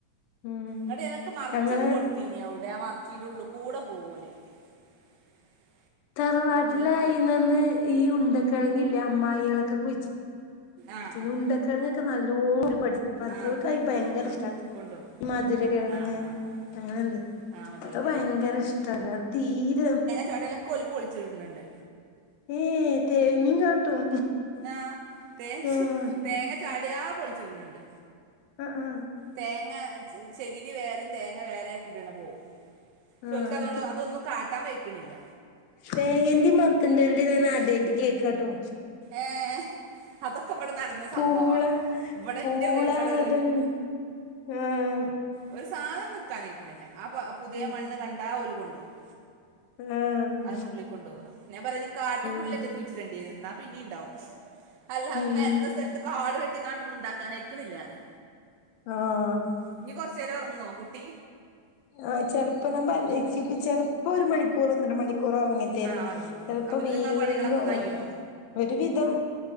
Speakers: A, on the left; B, on the right.
A: ഉം
B: ന്ന്ട്ടിതിനെക്കെ മർച്ചൊക്കെ
A: ഞങ്ങള്
B: കൊട്തീനി അവ്ടെ മർചീൻ്റെള്ളുക്കൂടെ പോകോല് <inaudible>
A: തറവാട്ട്ലായിനന്ന്
B: എത്തുവല്ല
A: ഈ ഉണ്ടക്കെഴങ്ങില്ലേ അമ്മായികളക്കെ കുഴിച്
B: ആഹ്
A: ച്ചിന്
B: ആഹ്
A: ഉണ്ടക്കെഴ്ങ്ങൊക്കെ നല്ലോണോല് പഠിച് പർച്ചോൽക്കായി
B: ആഹ്
A: ഭയങ്കരിഷ്ടാത്
B: എടുത്തോ കൊണ്ടോവും
A: ഈ മധുരക്കെഴ്ങ്ങ്
B: ആഹ് ആഹ് ആഹ്
A: അങ്ങനെന്ത്
B: ആഹ് മധുരക്കിഴങ്ങ്
A: അത് ഭയങ്കരിഷ്ട്ടത് അത് തീര
B: ചെലതൊക്കോല് പോളിച്ചിട്ണ്ണ്ണ്ട്
A: ഏയ് തേങ്ങിം കാട്ടും
B: ആഹ് തേഹ്
A: ആഹ്
B: തേങ്ങ ചാട്യാ പൊളിച്ചിട്ണ് ണ്ട്
A: ഉം ഉം
B: തേങ്ങ ച് ചെകിരി വേറെം തേങ്ങ വേറാക്കിട്ണ പോകും ചോൽക്കതോണ്ട്
A: ആഹ്
B: അതൊന്നും കാട്ടാവെയ്ക്ക്ണില്ല
A: തേങ്ങൻ്റിം മത്തന്റെലെടെം ഞാനാദ്യായിട്ട് കേക്കാട്ടോ
B: ഏഹ് അതൊക്കെ ഇവിടെ നടന്ന
A: പൂള
B: സംഭവാ ഇവിടെ
A: പൂള
B: ഇന്റെ ഇവിടെ
A: അതെങ്ങന ആഹ്
B: ഒര് സാധനം നിക്കാനയക്ക്ണില്ല ആ പുതിയ
A: ഉം
B: മണ്ണ് കണ്ടാ ഓല് കൊണ്ടോവും
A: ആഹ്
B: അത് നുള്ളിക്കൊണ്ടോവ ഞാൻ പറഞ്ഞ് കാട്ട്ൻ്റുള്ളിലേറ്റ
A: ഉം
B: കുയ്ച്ചിടേണ്ടിരുന്ന പിന്നീണ്ടാവും അല്ലാതെ
A: ഉം
B: നെരന്ന സെൽത്ത് കാട് വെട്ടിക്കാണ്ടൊന്നും ണ്ടാക്കാനയ്ക്ക്ണില്ലേറെ
A: ആഹ്
B: ഇഞ്ഞി കൊർച്ചേരൊർങ്ങോ കുട്ടി
A: ആഹ് ചെൽപ്പോ <unintelligible> ചെൽപ്പോരുമണിക്കൂറൊന്നരമണിക്കൂറൊർങ്ങി തെരും
B: ആ ഉറങ്ങും
A: ചെൽപ്പോ
B: അപ്പത്തിന്
A: വേഗംന്ന്
B: നിങ്ങളെ പണികളൊക്കെ കഴിയോ
A: ഒര് വിധം